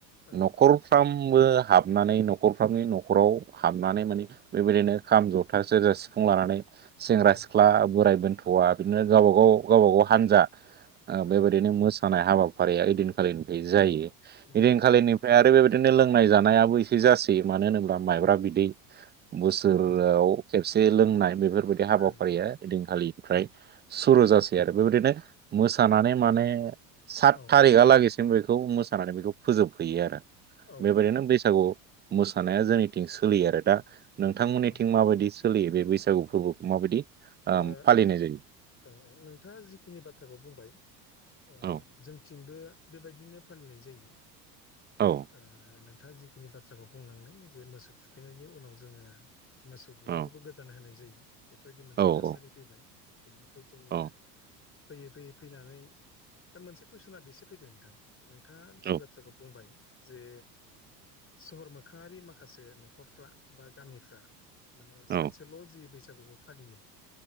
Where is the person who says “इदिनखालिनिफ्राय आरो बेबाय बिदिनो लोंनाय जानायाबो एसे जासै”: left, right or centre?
Right